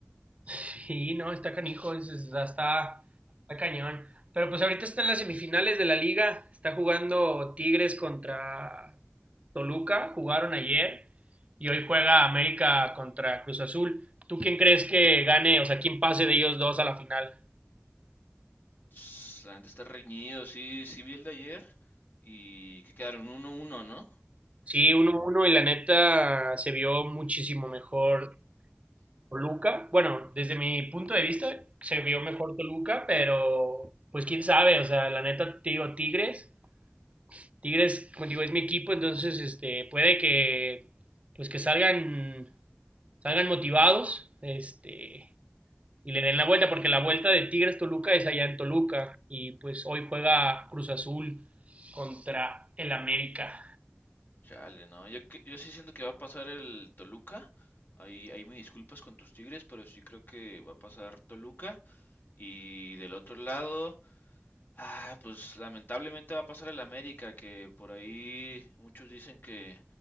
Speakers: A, on the right (about 30°); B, on the left (about 50°).
A: Sí, no, está canijo, es- es- está, está está cañón. Pero pues ahorita están las semifinales de la liga, está jugando Tigres contra Toluca, jugaron ayer y hoy juega América contra Cruz Azul. ¿Tú quién crees que gane, o sea, quién pase de ellos dos a la final?
B: Ps, La gente está reñido, sí, sí vi el de ayer y que quedaron uno uno ¿no?
A: Sí, 1 uno y la neta se vio muchísimo mejor Toluca. Bueno, desde mi punto de vista se vio mejor Toluca, pero pues quién sabe, o sea, la neta te digo Tigres, Tigres, como digo, es mi equipo, entonces este puede que pues que salgan salgan motivados, este y le den la vuelta porque la vuelta de Tigres Toluca es allá en Toluca y pues hoy juega Cruz Azul contra el América.
B: Chale, no, yo, que- yo sí siento que va a pasar el Toluca. Ahí, ahí me disculpas con tus Tigres, pero sí creo que va a pasar Toluca. Y del otro lado, Ah, pues lamentablemente va a pasar el América, que por ahí muchos dicen que,